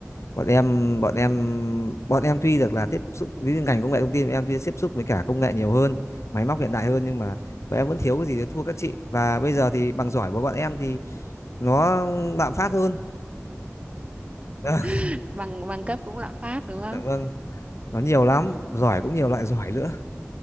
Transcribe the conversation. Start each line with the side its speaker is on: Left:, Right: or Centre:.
Left: Bọn em
Right: Ừ
Left: bọn em bọn em tuy được là tiếp xúc với ngành công nghệ thông tin, bọn em tuy tiếp xúc với cả công nghệ nhiều hơn, máy móc hiện đại hơn nhưng mà bọn em vẫn thiếu cái gì để thua các chị. Và bây giờ thì bằng giỏi của bọn em thì nó lạm phát hơn. <laughs>
Right: <laughs> bằng bằng cấp cũng lạm phát đúng không?
Left: Dạ vâng, nó nhiều lắm,
Right: Ừ.
Left: giỏi cũng nhiều loại giỏi nữa.